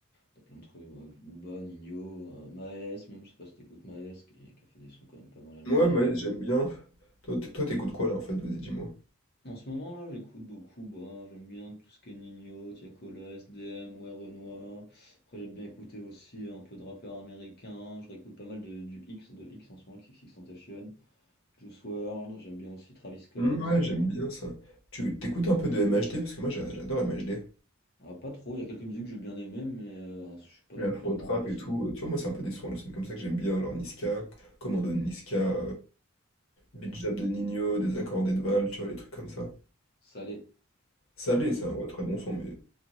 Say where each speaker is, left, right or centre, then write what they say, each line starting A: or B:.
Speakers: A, on the left (about 50°); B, on the left (about 70°).
A: t'as plein de trucs, ouais, Booba, Nino, euh, Maes, même je sais pas si t'écoutes Maes, qui, qui a fait des sons quand même pas mal à l'ancienne.
B: Ouais, bah, ouais, j'aime bien. Toi, t- toi, t'écoutes quoi là en fait? Vas-y, dis-moi.
A: En ce moment là j'écoute beaucoup, bah, j'aime bien tout ce qui est Nino, Tiakola, SDM, ouais Renoir. Après j'aime bien écouter aussi un peu de rappeurs américains, je réécoute pas mal de, du X, de X en ce moment, XXXTentacion, Juice World. j'aime bien aussi Travis Scott,
B: Hmm, ouais, j'aime
A: voilà.
B: bien ça. Tu t'écoutes un peu de MHD? Parce que moi j'a- j'adore MHD.
A: Ah, pas trop, il y a quelques musiques que j'ai bien aimées, mais euh, je suis pas
B: L'afro-trap
A: non plus un grand cosson.
B: et tout. euh, Tu vois, moi c'est un peu des sons à l'ancienne comme ça que j'aime bien, genre Niska, Commando de Niska. Beat
A: Mm.
B: Jab de Nino, des accordés de Val, tu vois, les trucs comme ça.
A: Salé.
B: Salé, c'est
A: Mm.
B: un vrai très bon son, mais